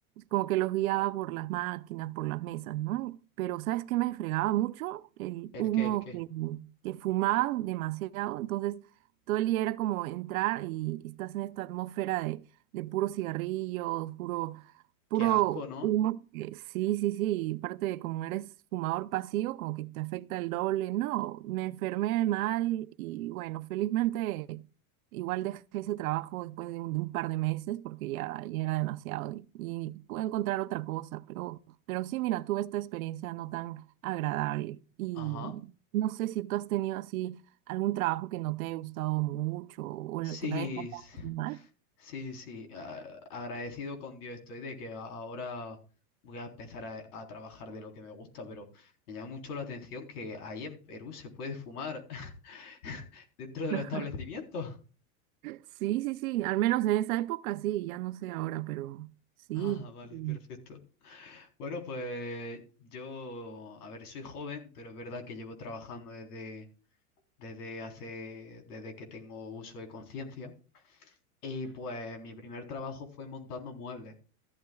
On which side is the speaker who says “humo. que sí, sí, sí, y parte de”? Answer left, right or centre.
Right